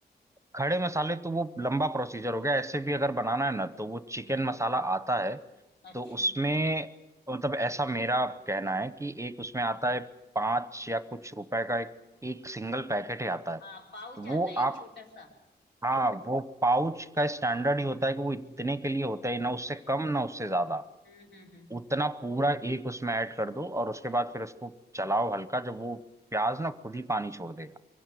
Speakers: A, on the right (about 15°); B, on the left (about 90°).
A: खड़े मसाले तो वो लंबा प्रोसीजर हो गया ऐसे भी अगर बनाना है ना तो वो चिकन मसाला आता है
B: अच्छा
A: तो उसमें मतलब ऐसा मेरा कहना है कि एक उसमें आता है पाँच या कुछ रुपए का एक, एक सिंगल पैकेट ही आता है
B: हाँ पाउच
A: तो
B: आता
A: वो
B: है
A: आप
B: एक छोटा सा
A: हाँ वो पाउच का स्टैंडर्ड ही होता है कि वो इतने के लिए होता है ना उससे कम ना उससे ज्यादा
B: हम्म हम्म हम्म
A: उतना पूरा एक उसमें ऐड कर दो और उसके बाद फिर उसको चलाओ हल्का जब वो प्याज ना खुद ही पानी छोड़ देगा